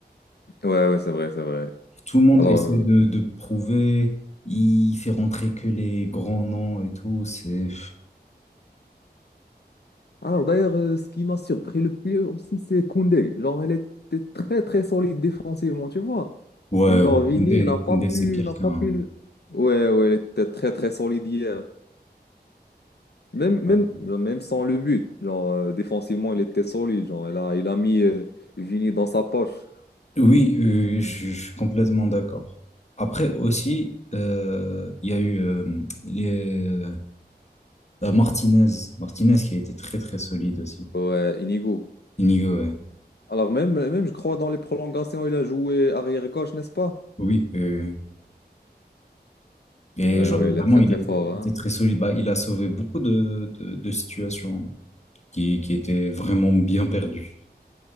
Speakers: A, on the left (about 75°); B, on the left (about 40°).
A: Ouais, ouais, c'est vrai, c'est vrai.
B: Tout le monde
A: Alors,
B: essaie
A: euh,
B: de, de prouver, il fait rentrer que les grands noms et tout, c'est...
A: alors d'ailleurs, euh, ce qui m'a surpris le plus aussi, c'est Koundé. Genre, elle était très, très solide défensivement, tu vois.
B: Ouais,
A: Genre,
B: ouais,
A: Vini
B: Koundé,
A: n'a pas
B: Koundé,
A: pu,
B: c'est quelqu'un...
A: n'a pas pu. le- Ouais, ouais, elle était très, très solide hier. Même, même,
B: ouais.
A: genre, même sans le but, genre, euh, défensivement, il était solide. Genre, il a, il a mis euh, Vini dans sa poche,
B: Oui, euh, je, je suis complètement d'accord. Après aussi, euh, il y a eu euh, les, euh, Martinez, Martinez qui a été très très solide aussi.
A: ouais, Inigo.
B: Inigo, ouais.
A: Alors, même, même, je crois, dans les prolongations, il a joué arrière-gauche, n'est-ce pas?
B: Oui, euh, et
A: Ouais,
B: genre
A: ouais, il
B: vraiment,
A: est très,
B: il
A: très
B: était,
A: fort.
B: il
A: Hein.
B: était très solide. Bah, il a sauvé beaucoup de, de, de situations qui, qui étaient vraiment bien perdues.